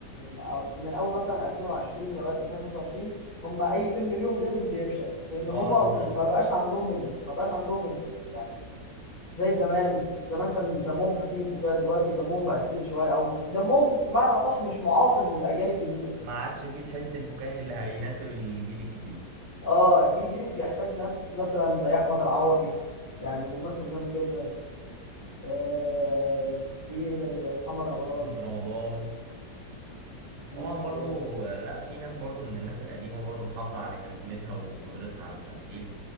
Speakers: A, on the left; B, on the right.
A: أو من اول مثلا 2020 لغايه 2025 هم اي فيلم ليهم بينزل بيفشل لان هم
B: اه للاسف
A: ما بقاش عندهم ال... ما بقاش عندهم ال... يعني زي زمان زمان كان دمهم خفيف وكده دلوقتي دمهم بقى تقيل شويه او دمهم بمعنى اصح مش معاصر للاجيال الجديده
B: ما عادش فيه الحس الفكاهي اللي هيناسب الجيل الجديد
A: اه الجيل الجديد بيحتاج ناس مثلا زي احمد العوضي يعني ممثل جامد جدا آه في زي محمد رمضان
B: محمد رمضان
A: في
B: طبعا برضو آه، لا في ناس برضو من الناس القديمة برضو محافظة على كاريزمتها وقدرتها على التمثيل